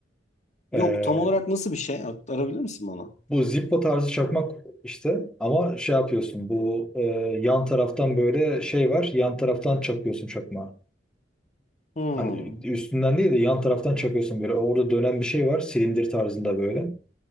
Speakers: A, in the centre; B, on the left.
A: Ee,
B: Yok tam olarak nasıl bir şey? Arabilir misin bana?
A: bu Zippo tarzı çakmak işte ama şey yapıyorsun bu e, yan taraftan böyle şey var yan taraftan çakıyorsun çakmağı.
B: Hmm.
A: Hani üstünden değil de yan taraftan çakıyorsun böyle orada dönen bir şey var silindir tarzında böyle